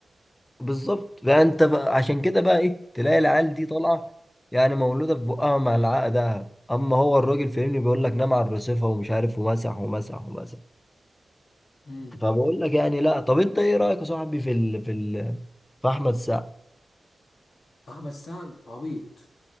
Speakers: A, on the left; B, on the left.
A: بالظبط فانت بقى عشان كده بقى ايه تلاقي العيال دي طالعه يعني مولوده في بقها مع العقد دهب اما هو الراجل فاهمني بيقول لك نام على الرصيفه ومش عارف ومسح ومسح ومسح
B: امم
A: فبقول لك يعني لا طب انت ايه رايك يا صاحبي في ال... في ال... في احمد السقا
B: احمد سعد عبيط